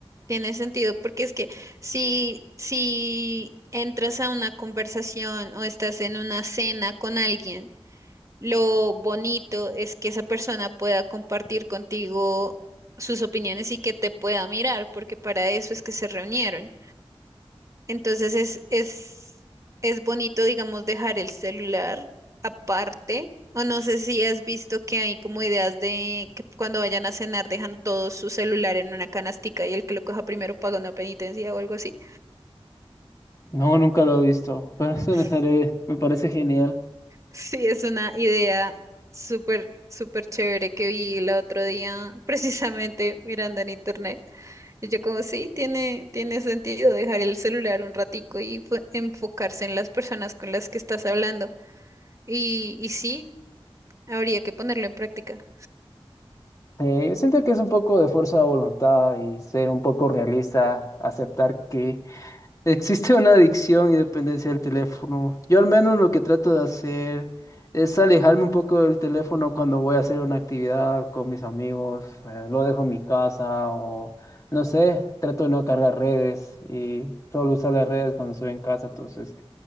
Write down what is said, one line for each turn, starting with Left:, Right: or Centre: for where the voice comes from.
Right: Tiene sentido, porque es que si, si entras a una conversación o estás en una cena con alguien, lo bonito es que esa persona pueda compartir contigo sus opiniones y que te pueda mirar, porque para eso es que se reunieron. Entonces es, es, es bonito, digamos, dejar el celular aparte. O no sé si has visto que hay como ideas de que cuando vayan a cenar dejan todo su celular en una canastica y el que lo coja primero paga una penitencia o algo así.
Left: No, nunca lo he visto, <laughs> pero eso
Right: <laughs>
Left: me sale- me parece genial.
Right: Sí, es una idea súper, súper chévere que vi el otro día, <laughs> precisamente mirando en internet. Y yo como, sí, tiene, tiene sentido dejar el celular un ratico y fo- enfocarse en las personas con las que estás hablando. Y, y sí, habría que ponerlo en práctica.
Left: Eh, yo siento que es un poco de fuerza de voluntad y ser un poco realista, aceptar que Existe una adicción y dependencia del teléfono. Yo al menos lo que trato de hacer es alejarme un poco del teléfono cuando voy a hacer una actividad con mis amigos. eh, lo dejo en mi casa o no sé, trato de no cargar redes y solo usar las redes cuando estoy en casa. Entonces,